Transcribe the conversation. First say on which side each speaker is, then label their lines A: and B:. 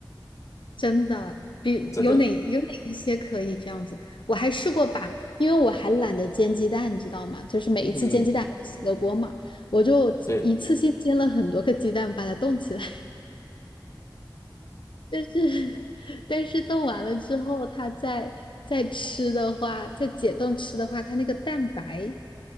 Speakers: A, on the left; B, on the left.
A: 真的，比有哪有哪一些可以这样子？
B: 真的。
A: 我还试过把，因为我还懒得煎鸡蛋，你知道吗？就是每一次煎鸡蛋还得洗个锅嘛，
B: 嗯，
A: 我就一次性煎了很多个鸡蛋，
B: 对
A: 把它冻起来。但是，<laughs> 但是冻完了之后，它再再吃的话，再解冻吃的话，它那个蛋白